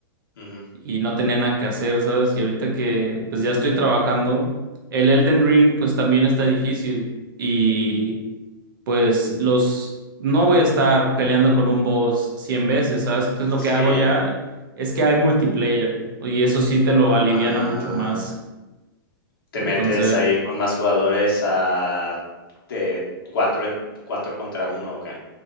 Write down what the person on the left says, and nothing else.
Ujú.
Sí.
Ah.
Te
metes ahí con más jugadores a de 4 en 4 contra uno ¿o qué?